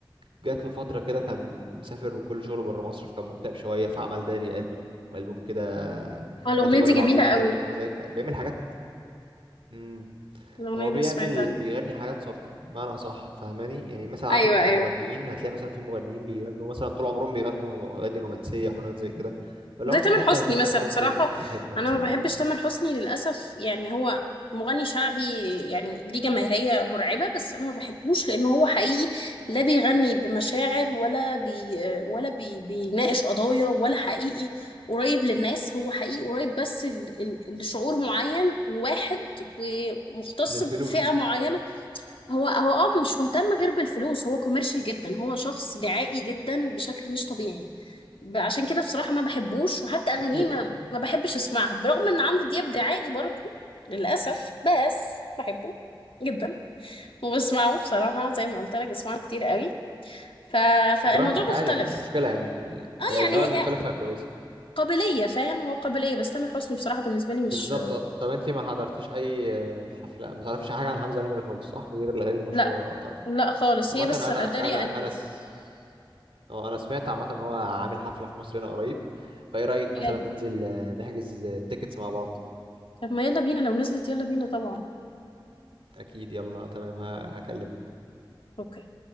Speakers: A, on the right; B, on the left.
A: جات له فترة كده كان مسافر وكل شغله بره مصر فكان مكتئب شوية فعمل داري قلبي وألبوم كده
B: اه الاغنية
A: مات الواد
B: دي
A: العبيط
B: جميلة قوي
A: يعني فاهمة ازاي بيعمل حاجات امم
B: الاغنية
A: فهو بيعمل
B: دي سمعتها
A: بيغني حاجات صادقة بمعنى أصح فاهماني يعني مثلا عندك
B: ايوه
A: آه،
B: ايوه
A: مغنيين هتلاقي مثلا في مغنيين بيغنوا مثلا طول عمرهم بيغنوا أغاني رومانسية وحاجات زي كده فلو
B: زي
A: مفيش
B: تامر
A: حد
B: حسني
A: هيتنيه
B: مثلا
A: طول عمره
B: بصراحة
A: بيحب مثلا
B: أنا ما بحبش
A: و...
B: تامر حسني للأسف يعني هو مغني شعبي يعني ليه جماهيرية مرعبة بس أنا ما بحبوش لأنه هو حقيقي لا بيغني بمشاعر ولا بي ولا بي بيناقش قضايا ولا حقيقي قريب للناس هو حقيقي قريب بس ال- ال- لشعور معين وواحد ومختص
A: للفلوس
B: بفئة معينة هو هو اه مش مهتم غير بالفلوس هو كوميرشال جدا هو شخص دعائي جدا بشكل مش طبيعي ب- عشان كده بصراحة ما بحبوش وحتى أغانيه
A: أكيد
B: ما,
A: اه
B: ما بحبش أسمعها برغم إن عمرو دياب دعائي برضو للأسف بس بحبه جدا وبسمعه بصراحة زي ما قلت لك بسمعه كتير قوي ف... فالموضوع
A: براحتك
B: مختلف
A: عادي مفيش مشكلة يعني
B: اه
A: الأذواق
B: يعني
A: المختلفة
B: هي
A: كويسة
B: قابلية فاهم هو قابلية بس تامر حسني بصراحة بالنسبة لي مش
A: بالظبط آه. طب انت ما حضرتيش اي آه، حفله ما تعرفيش حاجه عن حمزه نمري خالص صح غير الاغاني المشهوره
B: لا
A: بتاعته
B: لا خالص
A: عامه
B: هي بس
A: انا
B: هداري
A: انا
B: قلبي
A: انا س... اه انا سمعت عامه ان هو عامل حفله في مصر هنا قريب فايه رايك
B: بجد
A: مثلا ننزل آه، نحجز تيكتس مع بعض
B: طب ما يلا بينا لو نزلت يلا بينا طبعا
A: اكيد يلا تمام ه- هكلمك
B: اوكي